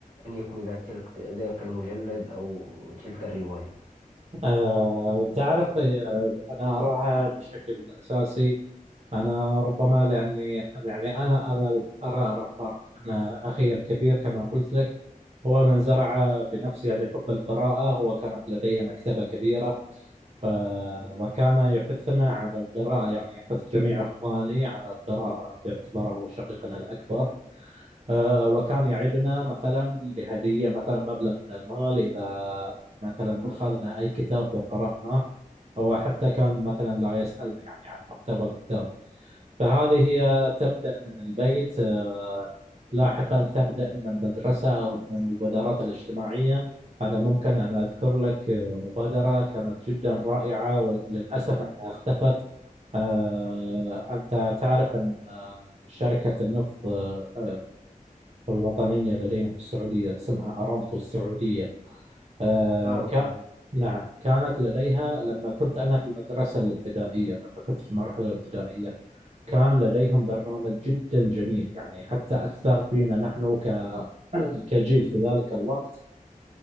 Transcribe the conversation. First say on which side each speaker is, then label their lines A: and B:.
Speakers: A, on the right (about 65°); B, on the right (about 50°).
A: أن يكمل تلك ذاك المجلد أو تلك الرواية
B: آه، تعرف آه، أنا أراها بشكل أساسي أنا ربما لأني يعني أنا أنا أرى أرى فرق أنا أخي الكبير كما قلت لك هو من زرع بنفسه يعني حب القراءة هو كانت لديه مكتبة كبيرة ف- وكان يحثنا على القراءة يعني يحث جميع إخواني على القراءة باعتباره شقيقنا الأكبر آه، وكان يعدنا مثلا بهدية مثلا مبلغ من المال إذا مثلا أخذنا أي كتاب وقرأناه أو حتى كان مثلا لا يسألنا يعني عن محتوى الكتاب فهذه هي تبدأ من البيت آه، لاحقا تبدأ من المدرسة أو من المبادرات الاجتماعية أنا ممكن أن أذكر لك آه، مبادرة كانت جدا رائعة وللأسف أنها اختفت آه، أنت تعرف أن آه، شركة النفط آه، آه، الوطنية لدينا في السعودية اسمها أرامكو السعودية آه،
A: أرى
B: ك... نعم كانت لديها لما كنت أنا في المدرسة الابتدائية لما كنت في المرحلة الابتدائية كان لديهم برنامج جدا جميل يعني حتى أثر فينا نحن ك- كجيل في ذلك الوقت